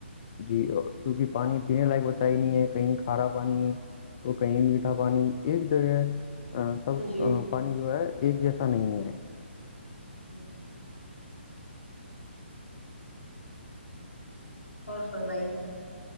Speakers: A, on the left; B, on the left.
A: جی کیونکہ پانی پینے لائق بت ہی نہیں ہے کہیں کھارا پانی- تو کہیں میٹھا پانی ایک جگہ- آ، سب
B: جی-
A: آ، پانی جو ہے ایک جیسا نہیں ہے-
B: <unintelligible> اور فرمائیے?